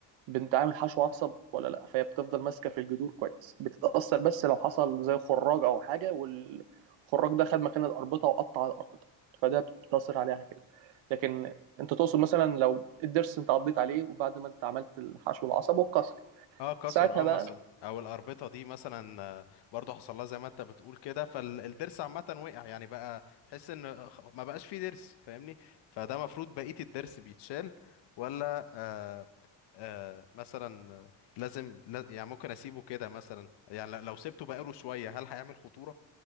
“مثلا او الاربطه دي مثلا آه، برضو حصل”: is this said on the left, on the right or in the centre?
Left